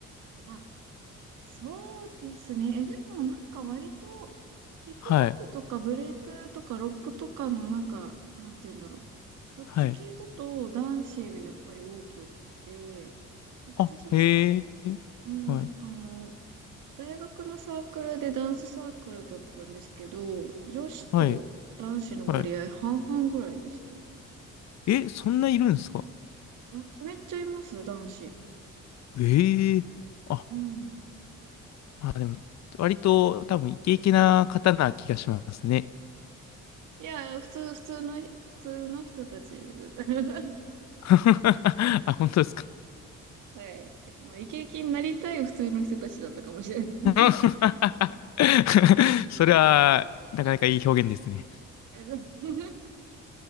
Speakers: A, on the right; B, on the left.
A: あそうですね。え、でもなんか割とヒップホップとかブレイクとかロックとかのなんか、
B: はい。
A: なんて言うんだろう。そっち系だと男子がやっぱり多くって、
B: はい。
A: 私も、
B: あ、へえ。
A: うん、
B: はい。
A: あの、大学のサークルでダンスサークルだったんですけど、女子と男子の割合半々ぐらいでしたよ。
B: はい。はい。え、そんないるんですか
A: あ、めっちゃいます、男子。
B: ええあ、
A: うん。
B: まあでも、割と多分イケイケな方な気がしますね。
A: いや、普通、普通の、普通の人たちだった。<laughs>
B: <laughs> あ、本当ですか。
A: はい。まあ、イケイケになりたい普通の人たちだったかもしれない。<laughs>
B: <laughs> それは、なかなかいい表現ですね。
A: えでも <laughs> ちょ